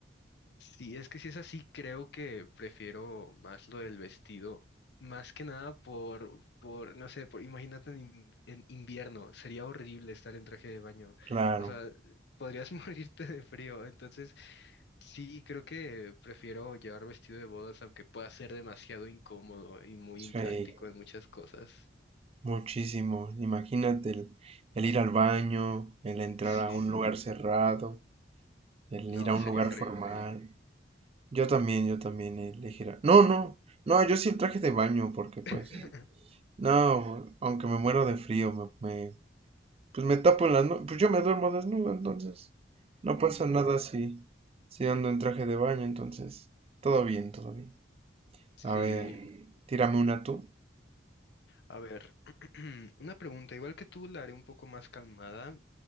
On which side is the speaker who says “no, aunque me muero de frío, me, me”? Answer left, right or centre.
Right